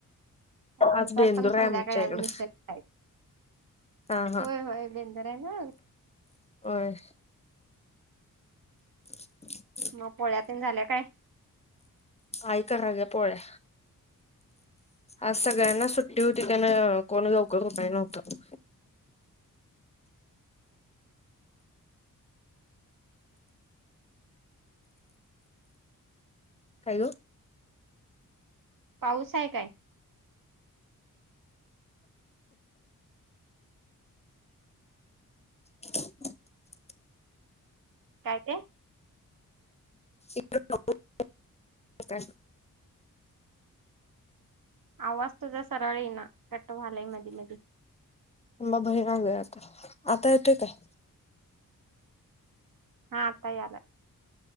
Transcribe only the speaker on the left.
आज
बेंदूर
हाय आमच्या इकड.
हां हां
होय. <inaudible>
आई करालिया पोळ्या.
आज सगळ्यांना सुट्टी होती त्याना कोण लवकर उठा नव्हतं. हॅलो.
<inaudible>
<unintelligible>
थांब हा भैर आलोय आता, आता येतोय काय?